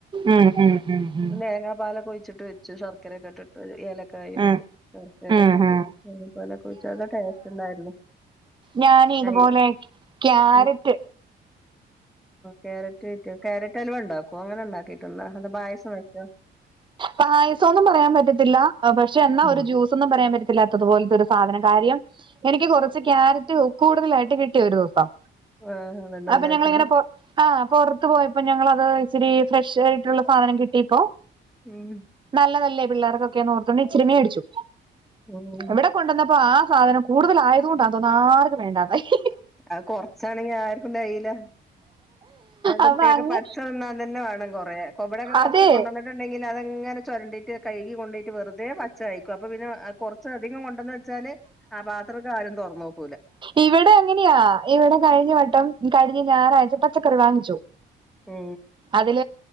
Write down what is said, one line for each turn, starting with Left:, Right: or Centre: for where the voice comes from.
Right: ഉം ഉം ഉം ഉം ഉം
Centre: തേങ്ങാ പാലൊക്കെ ഒഴിച്ചിട്ട് വെച്ചു ശർക്കരയൊക്കെ ഇട്ടിട്ട് ഏലക്കായും
Right: ഉം
Centre: ശർക്കര
Right: ഉം
Centre: ഒക്കൊ
Right: ഉം
Centre: പാലോക്കെഴിച്ച് ടേസ്റ്റ് ഉണ്ടായിരുന്നു
Right: ഞാൻ ഇതുപോലെ
Centre: അയ്
Right: ക്യാരറ്റ്
Centre: ഉം ക്യാരറ്റ് ക്യാരറ്റ് അലുവ ഉണ്ടാക്കോ അങ്ങനെ ഉണ്ടാക്കിട്ടോണ്ടാ അതോ പായസം വെച്ചോ
Right: പായസോന്നും പറയാൻ പറ്റത്തില്ല പക്ഷെ എന്നാ
Centre: ഉം
Right: ഒരു ജ്യൂസ് ജ്യൂസോന്നും പറയാൻ പറ്റിത്തില്ല പോലെത്തൊരു സാധനം കാര്യം എനിക്ക് കുറച്ച് ക്യാരറ്റ് ഉപ്പ് കൂടുതലായിട്ട് കിട്ടിയ ഒരു ദിവസം
Centre: ആ വെള്ളം
Right: അപ്പൊ
Centre: തട്ടി
Right: ഞങ്ങളിങ്ങനെ പുറത്ത് ആഹ് പുറത്ത് പോയപ്പോ ഞങ്ങളത് ഇച്ചിരി ഫ്രഷ് ആയിട്ടുള്ള സാധനം കിട്ടിപ്പോ
Centre: മ്
Right: നല്ലതല്ലേ പിള്ളേർക്കൊക്കെ ഓർത്തണ്ട് ഇച്ചിരി മേടിച്ചു
Centre: ഉം
Right: ഇവിടെ കൊണ്ടുവന്നപ്പോ ആ സാധനം കൂടുതലായത് കൊണ്ടാണ് തോന്നാ ആർക്കും വേണ്ടതായി ഹിഹി
Centre: അത് കുറച്ചാണെങ്കി ആർക്കും തികയ്യില്ല ആ കുട്ടിയൊ
Right: അപ്പൊ അങ്ങ്
Centre: പച്ചന്നാൻ തന്നെ വേണം കൊറേ ഇബടയൊക്കെ കൊറച്ച്
Right: അതെ
Centre: കൊണ്ട ണ്ടെങ്കിൽ അതങ്ങനെ ചൊരണ്ടിട്ട് കഴുകി കൊണ്ടോട്ട് വെറുതെ പച്ചകയിക്കും അപ്പൊ പിന്നെ കുറച്ച് അധികം കൊണ്ടന്ന് വെച്ചാല് ആ പാത്രക്കെ ആദ്യം തുറന്നോക്കും
Right: ഇവിടെ അങ്ങനെയാ ഇവിടെ കഴിഞ്ഞ വട്ടം കഴിഞ്ഞ ഞായറാഴ്ച്ച പച്ചക്കറി വാങ്ങിച്ചു
Centre: മ്
Right: അതിൽ